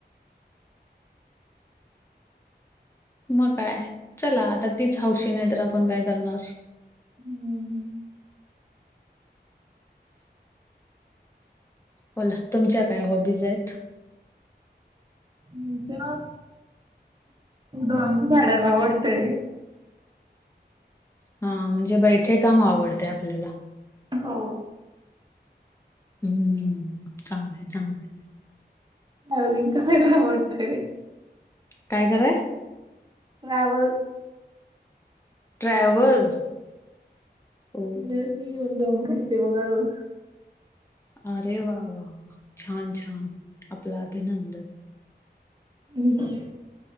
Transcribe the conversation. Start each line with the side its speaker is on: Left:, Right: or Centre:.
Left: मग काय, चला आता तीच हौशी नाही तर आपण काय करणार?
Right: हं. <inaudible>
Left: बोला, तुमच्या काय हॉबीज आहेत?
Right: म्हणजे, ड्रॉईंग काढायला आवडते.
Left: हा म्हणजे बैठे काम आवडतंय आपल्याला.
Right: हो
Left: हम्म, चांगलंय चांगलंय.
Right: ट्रॅव्हलिंग करायला आवडतंय.
Left: काय कराय?
Right: ट्रॅव्हल
Left: ट्रॅव्हल ओ
Right: बसनी येऊन जाऊन करते बघा रोज.
Left: अरे वा वा वा, छान छान आपलं अभिनंदन.
Right: हम्म